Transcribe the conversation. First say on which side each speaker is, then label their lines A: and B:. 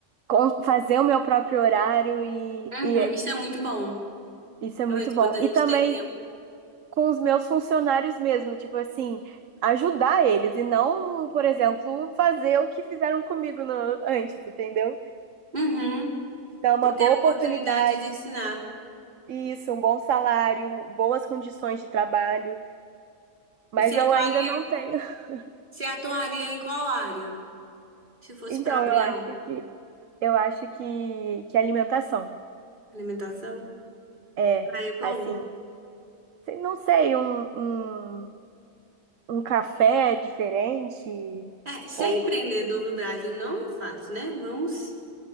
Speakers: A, on the right (about 70°); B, on the right (about 35°).
A: con- fazer o meu próprio horário e,
B: Uhum,
A: e
B: isso é muito bom.
A: isso é
B: Realmente,
A: muito bom.
B: quando a
A: E
B: gente
A: também
B: tem tempo.
A: com os meus funcionários mesmo, tipo assim, ajudar eles e não, por exemplo, fazer o que fizeram comigo no- antes, entendeu?
B: Uhum,
A: Dar uma
B: por
A: boa
B: ter a
A: oportunidade,
B: oportunidade de ensinar.
A: isso, um bom salário, boas condições de trabalho, mas
B: E se atuaria,
A: eu ainda não tenho. <laughs>
B: se atuaria em qual área? Se fosse
A: Então,
B: para abrir
A: eu acho
B: algo.
A: que eu acho que, que alimentação
B: Alimentação?
A: é
B: Ah, é bom.
A: assim, não sei, um, um um café diferente,
B: É, ser
A: ou
B: empreendedor no Brasil não é fácil, né? Vamos,